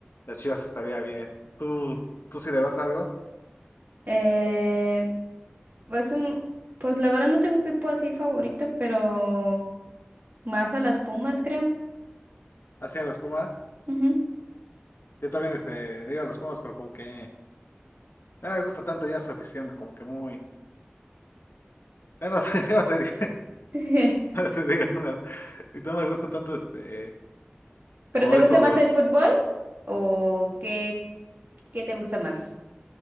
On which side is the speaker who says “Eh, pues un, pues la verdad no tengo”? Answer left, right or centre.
Right